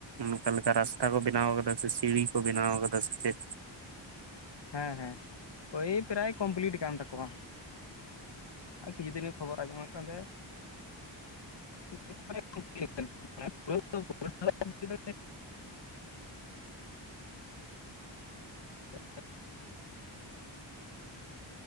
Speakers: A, on the right (about 55°); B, on the left (about 60°).
A: ᱚᱠᱟ ᱞᱮᱠᱟ ᱨᱟᱥᱼᱼ ᱠᱟ ᱠᱚ ᱵᱮᱱᱟᱣ ᱠᱟᱫᱟ ᱥᱮ ᱥᱤᱸᱲᱤ ᱠᱚ ᱵᱮᱱᱟᱣ ᱠᱟᱫᱟ ᱥᱮ ᱪᱮᱫ?
B: ᱦᱮᱸ ᱦᱮᱸ ᱳᱭ ᱯᱨᱟᱭ ᱠᱚᱢᱯᱞᱤᱴ ᱠᱟᱱ ᱛᱟᱠᱚᱣᱟ᱾ ᱟᱨ ᱠᱤᱪᱷᱩ ᱫᱤᱱ ᱜᱮ ᱠᱷᱚᱵᱚᱨ ᱟᱸᱡᱚᱢᱚᱜ ᱠᱟᱱ ᱛᱟᱦᱮᱸᱜᱼᱼ <unintelligible> <unintelligible>